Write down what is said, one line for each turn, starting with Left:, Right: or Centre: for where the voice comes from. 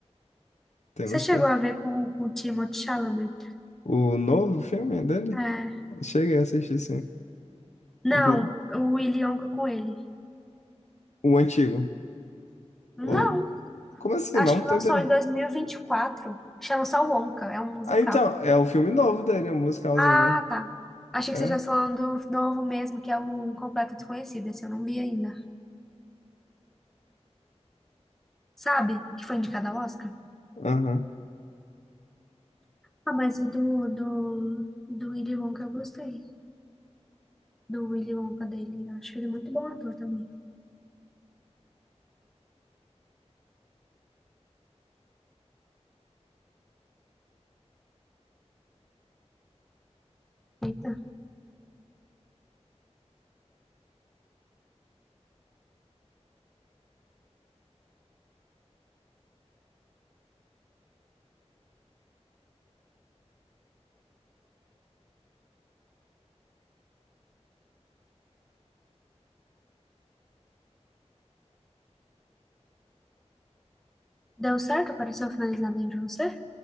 Left: tem
Centre: Você
Left: uns
Centre: chegou
Left: pe-
Centre: a ver com, com o Timothée Chalamet?
Left: O novo filme dele?
Centre: É.
Left: Cheguei a assistir, sim.
Centre: Não,
Left: Inclu-
Centre: o Willy Wonka com ele.
Left: O antigo.
Centre: Não,
Left: O... Como assim?
Centre: acho
Left: Não
Centre: que lançou
Left: tô entendendo.
Centre: em dois mil e e vinte e quatro Chama só Wonka, é um musical.
Left: Ah, então, é o filme novo dele, o musicalzinho,
Centre: Ah,
Left: né?
Centre: tá. Achei que
Left: É?
Centre: você já falando do novo mesmo, que é o Um Completo Desconhecido. Esse eu não vi ainda. Sabe? Que foi indicado ao Oscar?
Left: Aham.
Centre: Ah, mas o do, do, do Willy Wonka eu gostei. Do Willy Wonka dele. Eu acho ele muito bom ator também. Eita. Deu certo? Apareceu finalizado aí pra você?